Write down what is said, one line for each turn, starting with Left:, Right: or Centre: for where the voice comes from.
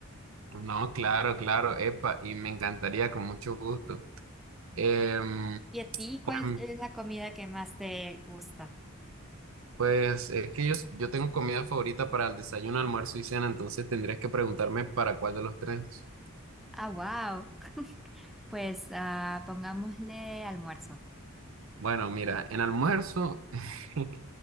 Right: No, claro, claro, epa, y me encantaría con mucho gusto. Em,
Centre: ¿Y a ti
Right: pues,
Centre: cuál es la comida que más te gusta?
Right: Pues es que yo, yo tengo comida favorita para el desayuno, almuerzo y cena, entonces tendrías que preguntarme para cuál de los tres.
Centre: Ah, wow. <laughs> Pues ah, pongámosle almuerzo.
Right: Bueno, mira, en almuerzo, <laughs>